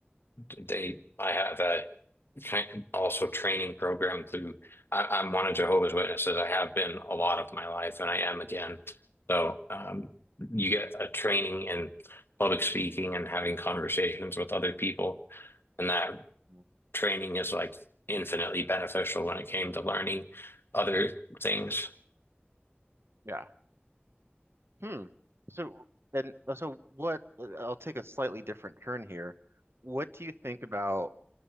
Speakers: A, on the left; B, on the right.
A: They, I have a kind also training program through I, I'm one of Jehovah's Witnesses. I have been a lot of my life and I am again. So um, you get a training in public speaking and having conversations with other people. And that
B: Mhm.
A: training is like infinitely beneficial when it came to learning other things.
B: Yeah. Hmm. So and so what uh, I'll take a slightly different turn here. What do you think about